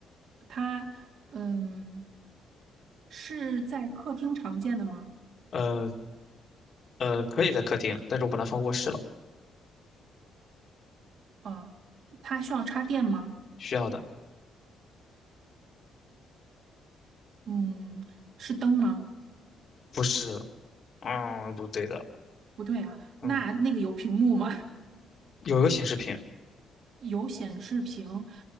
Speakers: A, on the right; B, on the left.
A: 它，嗯，是在客厅常见的吗？
B: 呃呃，可以在客厅，但是我把它放卧室了，
A: 啊，它需要插电吗？
B: 需要的，
A: 嗯，是灯吗？
B: 不是，嗯，不对的，
A: 不对啊，
B: 嗯，
A: 那那个有屏幕吗？<laughs>
B: 有一个显示屏，
A: 有显示屏。